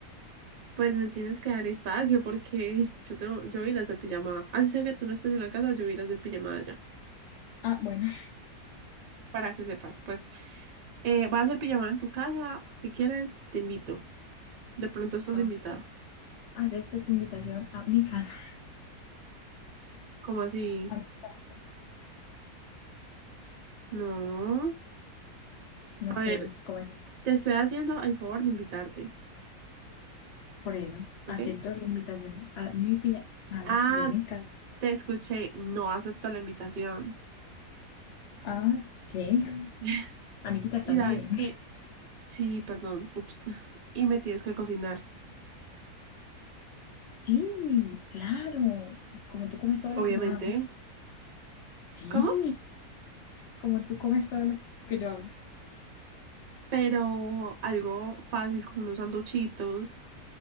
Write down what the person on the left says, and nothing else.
Ah, bueno,
Ah,
ok. Acepto tu invitación a mi casa.
<laughs> a mi cuarto.
No,
que,
¿cómo así?
Por eso,
acepto La invitación a mi piña. ah,
de mi casa.
Ah, ¿qué?
Amiguita, ¿estás
bien?
<laughs>
Sí, claro, como tú comes todo
lo que yo hago. Sí,
como tú comes todo lo que yo hago.